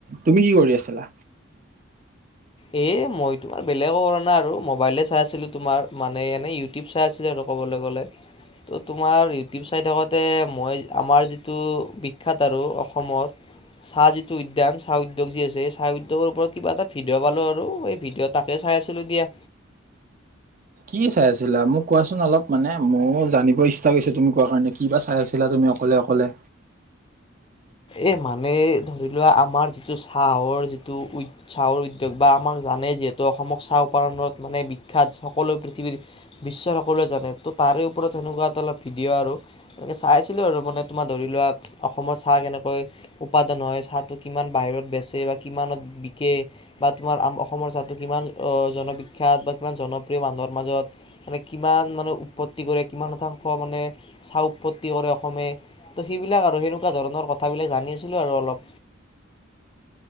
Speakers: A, on the right (about 40°); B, on the left (about 25°).
A: তুমি কি কৰি আছিলা?
B: এ মই তোমাৰ বেলেগো কৰা নাই আৰু মোবাইলে চাই আছিলো তোমাৰ মানে এনে ইউটিউব চাই আছিলে। আৰু কবলৈ গলে ত তোমাৰ ইউটিউব চাই থাকোতে মই আমাৰ যিটো বিখ্যাত আৰু অসমত চাহ যিটো উদ্যান চাহ উদ্যোগ যি আছে চাহ উদ্যোগৰ ওপৰত কিবা এটা ভি ভিডিঅ' পালো আৰু এই ভিডিঅ' তাকে চাই আছিলো দিয়া।
A: কি চাই আছিলা মোক কোৱাচোন অলপ মানে মোৰ জানিব ইচ্ছা কৰিছে তুমি কোৱা কাৰণে কি বা চাই আছিলা তুমি অকলে-অকলে
B: এ মানে ধৰি লোৱা আমাৰ যিটো চাহৰ যিটো চাহৰ উদ্য়োগ বা আমাক জানে যিহেতু অসমক চাহ উপাদনত মানে বিখ্যাত সকলো পৃথিৱীৰ বিশ্বৰ সকলোৱে জানে ত তাৰে ওপৰত সেনেকুৱা এটা অলপ ভিডিঅ' আৰু একে চাই আছিলো আৰু মানে তোমাৰ ধৰি লোৱা অসমৰ চাহ কেনেকুৱা উপাদান হয়, চাহটো কিমান বাহিৰত বেচে বা কিমানত বিকে বা তোমাৰম অসমৰ চাহটো কিমান জনবিখ্যাত বা কিমান জনপ্ৰিয় মানুহৰ মাজত মানে কিমান মানে উৎপত্তি কৰে কিমান শতাংশ মানে চাহ উৎপত্তি কৰে অসমে ত সেইবিলাক আৰু সেনেকুৱা ধৰণৰ কথা কথাবিলাক জানি আছিলো আৰু অলপ।